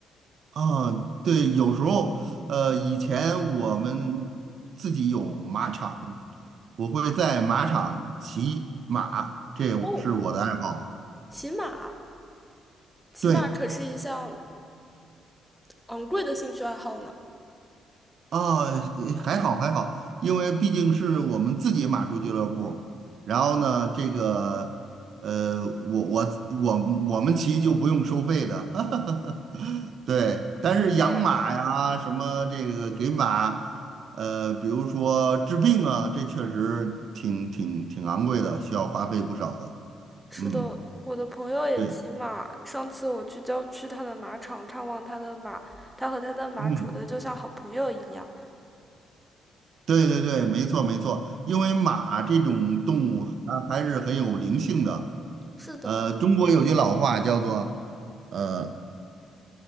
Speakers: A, on the right; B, in the centre.
A: 啊，对，有时候，呃，以前我们自己有马场，我会在马场骑马，这是我的爱好。
B: 哦，骑马，骑马可是一项
A: 对，
B: 昂贵的兴趣爱好呢。
A: 啊，呃还好还好，因为毕竟是我们自己马术俱乐部。然后呢，这个，呃，我我我我们骑就不用收费的。<laughs> 对，但是养马呀，
B: 这样。
A: 什么这个给马，呃，比如说治病啊，这确实挺挺挺昂贵的，需要花费不少的。
B: 是的，
A: 嗯，
B: 我的朋友也骑马。
A: 对，
B: 上次我去郊区他的马场看望他的马，他和他的马处的就像好朋友一样。
A: 嗯，对对对，没错没错，因为马这种动物它还是很有灵性的。
B: 是的，
A: 呃，中国有句老话叫做。呃。